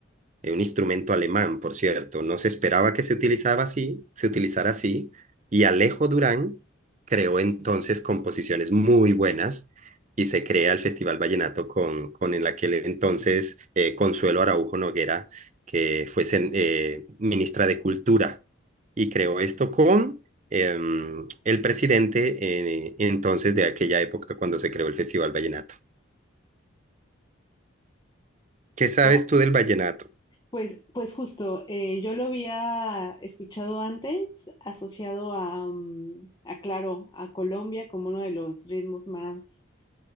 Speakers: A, on the right; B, on the left.
A: eh, un instrumento alemán, por cierto. No se esperaba que se utilizara así, se utilizara así, y Alejo Durán creó entonces composiciones muy buenas y se crea el Festival Vallenato con, con en aquel entonces eh, Consuelo Araujo Noguera, que fue eh, ministra de Cultura, y creó esto con eh, el presidente eh, entonces de aquella época cuando se creó el Festival Vallenato. ¿Qué sabes
B: Bueno,
A: tú del vallenato?
B: Pues, pues justo, eh, yo lo había escuchado antes, asociado a, mm, a claro, a Colombia como uno de los ritmos más